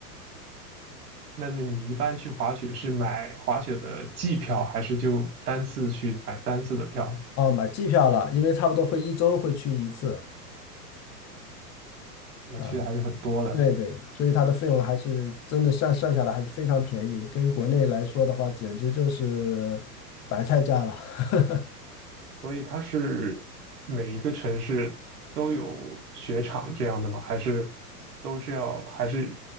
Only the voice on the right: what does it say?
那么你一般去滑雪是买滑雪的季票，还是就单次去买单次的票？
那去的还是很多的，
所以它是每一个城市都有雪场这样的吗？还是都是要还是